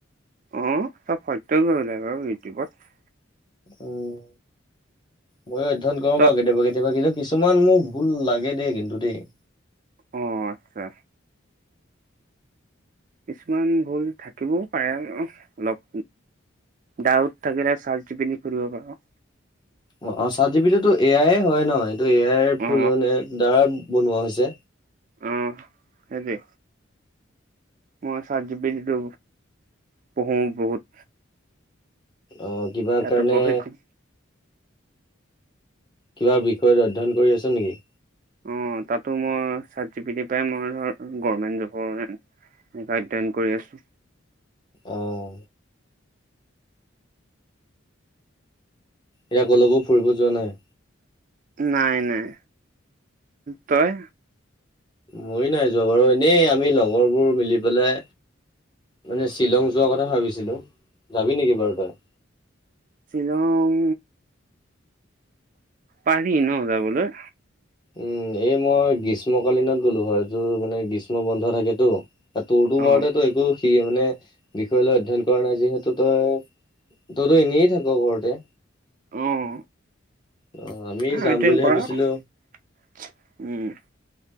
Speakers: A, on the right; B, on the left.
A: অ', চব সত্য কৰিলে বাৰু ইউটিউবত
B: উম ময়ো অধ্যয়ন কৰো
A: ত
B: বাৰু কেতিয়াবা কেতিয়াবা কিন্তু কি ছুমান মোৰ ভুল লাগে দেই কিন্তু দেই
A: অ', আচ্ছা। কিছুমান ভুল থাকিবও পাৰে অলপ। ডাউট থাকিলে চাটজিপিট সুধিব পাৰোঁ।
B: অ অ চাটজিপিটো এয়াই। অ আই <unintelligible>
A: অ
B: দ্বাৰা বনোৱা হৈছে।
A: আহ সেইতোৱে ম চাতজিপিতিটো পঢ়ো বহুত।
B: অ', কিবা
A: তাতো
B: কাৰণে
A: প্ৰশিক্ষণ
B: কিবা বিষয়ত অধ্যয়ন কৰি আছ নেকি?
A: অ', তাতো মই চাতজিপিতিৰ পাই মই ধৰ গভমেণ্ট জবৰ কাৰণে অধ্যয়ন কৰি আছো।
B: আহ। ইয়ক লগো <unintelligible> ফুৰিব যোৱা নাই
A: নাই নাই, তই?
B: মই নাই যোৱা বাৰু এনেই আমি লগৰবোৰ মিলি পেলাই মানে শ্বিলং যোৱাৰ কথা ভাবিছিলো, যাবি নেকি বাৰু তই?
A: শ্বিলং পাৰি ন' যাবলৈ।
B: উম এই মই গ্ৰীষ্মকালীনত গ'লো হয় তোৰ মানে গ্ৰীষ্ম বন্ধ থাকেতো। তোৰ তো
A: অ',
B: বাৰতে তো একো সি মানে বিষয়লৈ অধ্যয়ন কৰা নাই যিহেতু, তই তইতো এনেই থাক ঘৰতে
A: উম।
B: অ' আমি
A: অ',
B: যাম
A: অধ্যয়ন
B: বুলি
A: কৰা
B: ভাবিছিলো
A: উম